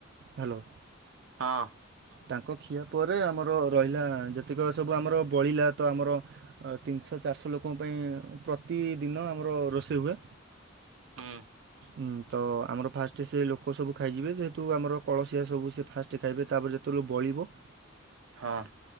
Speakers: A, on the right; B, on the right.
A: ହ୍ୟାଲୋ।
B: ହଁ।
A: ତାଙ୍କ ଖିଆ ପରେ ଆମର ରହିଲା ଯେତିକି ସବୁ ଆମର ବଳିଲା ତ ଆମର ତିନିଶହ ଚାରିଶହ ଲୋକଙ୍କ ପାଇଁ ପ୍ରତିଦିନ ଆମର ରୋଷେଇ ହୁଏ।
B: ହୁଁ
A: ହୁଁ ତ ଆମର ଫାଷ୍ଟ ସେ ଲୋକ ସବୁ ଖାଇଯିବେ ଯେହେତୁ ଆମର କଳସିଆ ସବୁ ସେ ଫାଷ୍ଟ ଖାଇବେ ତାପରେ ଯେତେବେଳେ ବଳିବ
B: ହଁ।